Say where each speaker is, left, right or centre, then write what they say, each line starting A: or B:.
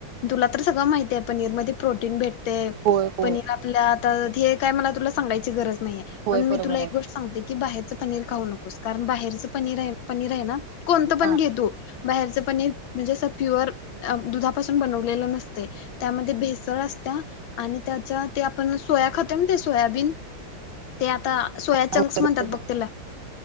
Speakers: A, on the left (about 70°); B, on the right (about 85°).
A: तुला तर सगळं माहिती आहे पनीरमध्ये प्रोटीन भेट ते
B: होय होय.
A: पनीर आपल्या आता. हे काय मला तुला सांगायची गरज आहे. नाही
B: होय
A: पण मी
B: बरोबर
A: तुला एक
B: आहे
A: गोष्ट सांगते की बाहेरचं पनीर खाऊ नको. स कारण बाहेरचं पनीर आहे पनीर आहे ना. कोणतं पण
B: हा
A: घेतो. बाहेरच पनीर म्हणजे असं प्युअर दुधापासून बनवलेलं नसते त्यामध्ये भेसळ असत्या आणि त्याच्या ते आपण सोया खाते म्ह ते सोयाबीन ते आता सोया चंक्स
B: होय बरोबर
A: म्हणतात बघ तला